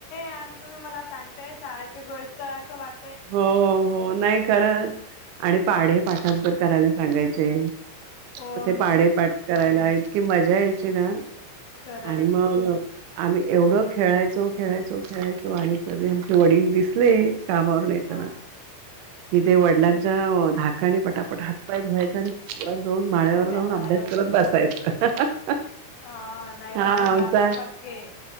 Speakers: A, on the left; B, on the right.
A: आणि तुम्ही मला सांगते शाळेची गोष्ट असं वाट
B: हो हो हो नाही खरच आणि पाढ पाठां तरर करायला सांगायचे
A: हो
B: म ते पाडेपाठ
A: सर
B: करायला इतकी मजा यायची ना
A: करायचं
B: आणि मग आम्ही एवढं खेळायचो खेळायचो खेळायचो आणि कधी आमचे वडील दिसले काम येताना,
A: ह
B: कि ते वडिलांच्या धाकानी पटापट हातपाय धुवायचं आणि <inaudible> जाऊन माळ्यावर
A: अभ्यासाला
B: जाऊन अभ्यास करत बसायचं
A: हा नाही
B: हा
A: बसले
B: आमचा
A: तर अजून फटके.